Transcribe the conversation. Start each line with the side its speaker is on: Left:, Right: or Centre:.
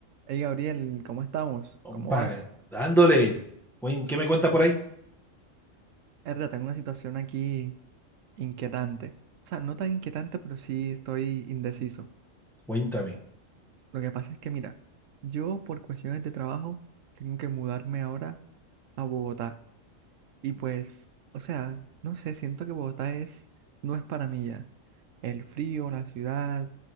Right: Hey Gabriel, ¿cómo estamos?
Centre: Compa,
Right: ¿Cómo vas?
Centre: dándole. Cuen- ¿Qué me cuenta por ahí?
Right: Erda, tengo una situación aquí inquietante. O sea, no tan inquietante, pero sí estoy indeciso.
Centre: Cuéntame.
Right: Lo que pasa es que, mira, yo por cuestiones de trabajo tengo que mudarme ahora a Bogotá. Y pues, o sea, no sé, siento que Bogotá es, no es para mí ya. El frío, la ciudad,